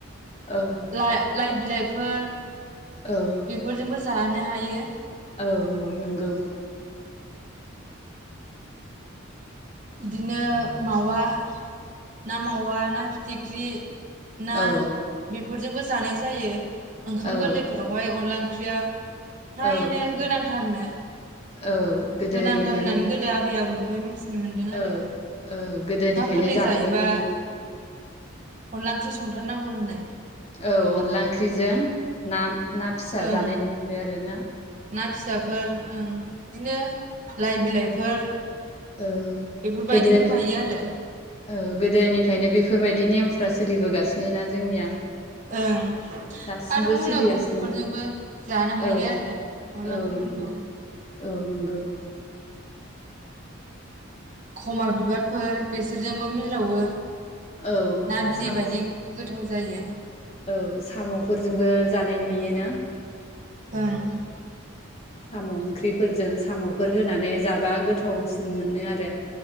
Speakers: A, on the left (about 30°); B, on the right (about 35°).
A: औ
B: ला लाइ बिलाइफोर
A: औ
B: बेफोरजोंबो जा जानो हायो
A: औ औ नोंगौ।
B: बिदिनो मावा ना, ‌मावा ना फिथिख्रि ना
A: औ
B: बे फोरजोंबो जानाय जायो। ओंखाम
A: औ
B: गोर्लैफोरावहाय अनला <inaudible> फ्रायनो
A: औ
B: गोनां थारनो
A: औ गोदोनिफ्रायनो
B: गोनांथार होन्नानै गोदो आबै आबौ <inaudible> मोन्दों आरो
A: औ औ गोदोनिफ्रायनो
B: गोरलै
A: जाबोगासिनो
B: जायोबा अनला ओंख्रि संथारनांगौ होननाय
A: औ अनला ओंख्रिजों नाम। ना फिसा
B: ओं
A: जानाय नुंथखारो आरो ना।
B: ना फिसाफोर। ओं बिदिनो लाइ बिलाइ। फोर।
A: औ
B: बेफोरबायदि
A: गोदो
B: होफायो आरो।
A: औ, गोदोनिफ्रायनो बेफोर बायदि नेयमफ्रा सोलिबोगासि नोना जोंनिया।
B: ओं,
A: दासिमबो
B: आरो मुला
A: सोलिगासिनो
B: गुन्द्रुफोरजोंबो जानो हायो
A: औ
B: आरो अनला
A: औ
B: ओंख्रिफोरखौ।
A: नंगौ औ नंगौ
B: खमा बिबारफोर, बेसोरजोंबो मिलावो।
A: औ
B: ना बिदै
A: साम'
B: बायदि गो थाव जायो।
A: औ सामफोरजोंबो जानाय नुयोना?
B: ओं।
A: साम ओंख्रिफोरजों सामफोर होनानै जाबा गोथावसिन मोनो आरो।